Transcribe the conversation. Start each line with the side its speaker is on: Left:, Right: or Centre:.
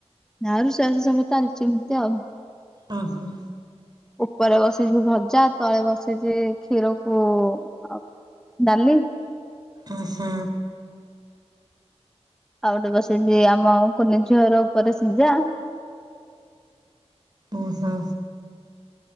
Centre: ନା ରୋଷେଇ ବାସ ସବୁ ଚାଲିଛି ଏମିତି ଆଉ।
Right: ଓହୋ।
Centre: ଉପରେ ବସିଛି ଭଜା ତଳେ ବସିଛି କ୍ଷୀରକୁ ଆଉ ଡାଲି।
Right: ଉ ହୁଁ।
Centre: ଆଉ ଗୋଟେ ବସିଚି ଆମ କୁନି ଝିଅର ଉପରେ ସିଝା।
Right: ଉଁ ହୁଁ।